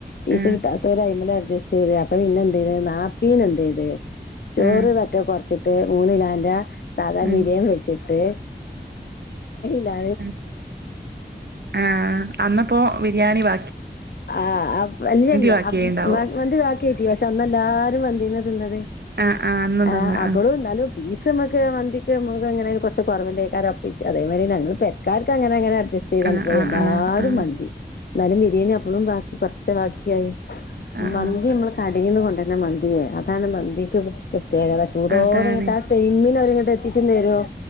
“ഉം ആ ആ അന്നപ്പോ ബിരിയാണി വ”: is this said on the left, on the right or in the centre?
Right